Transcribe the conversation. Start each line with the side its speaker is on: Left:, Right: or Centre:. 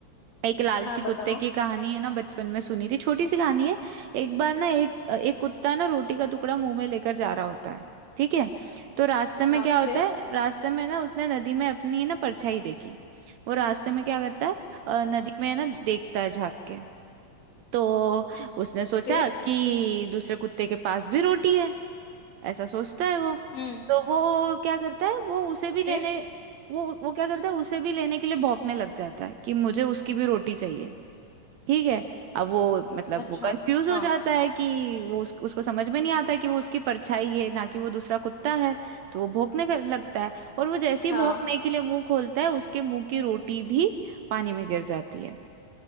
Right: एक लालची
Left: हाँ बताओ
Right: कुत्ते की कहानी है ना बचपन में सुनी थी छोटी सी कहानी है एक बार ना एक एक कुत्ता ना रोटी का टुकड़ा मुंह में लेकर जा रहा होता है ठीक है तो रास्ते में
Left: हाँ
Right: क्या होता
Left: फिर
Right: है रास्ते में ना उसने नदी में अपनी ना परछाई देखी वो रास्ते में क्या करता है अ, नदी
Left: हम्म
Right: में है ना देखता है झांक के तो उसने सोचा
Left: फिर
Right: कि दूसरे कुत्ते के पास भी रोटी है ऐसा सोचता है वो
Left: हम्म
Right: तो वो क्या करता है वो उसे भी लेने
Left: फिर
Right: वो वो क्या करता है उसे भी लेने के लिए भौंकने लग जाता है कि मुझे उसकी भी रोटी चाहिए ठीक है अब वो मतलब
Left: अच्छा
Right: वो कंफ्यूज हो
Left: हाँ
Right: जाता है कि वो उस, उसको समझ में नहीं आता है कि वो उसकी परछाई है ना कि वो दूसरा कुत्ता है तो वो भौंकने कर- लगता है और वो जैसे ही
Left: हाँ
Right: भौंकने के लिए मुंह खोलता है उसके मुंह की रोटी भी पानी में गिर जाती है